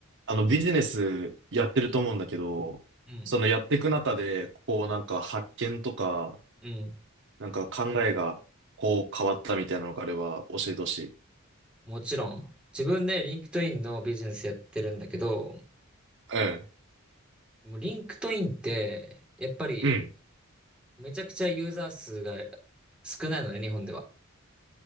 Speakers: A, on the right; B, in the centre.
A: あのビジネスやってると思うんだけど、
B: うん。
A: そのやっていく中で、こうなんか発見とか、
B: うん。
A: なんか考えがこう変わったみたいなのがあれば教えてほしい。
B: もちろん。自分でリンクトインのビジネスやってるんだけど、
A: うん。
B: もうリンクトインって、やっぱり
A: うん。
B: めちゃくちゃユーザー数が少ないのね、日本では。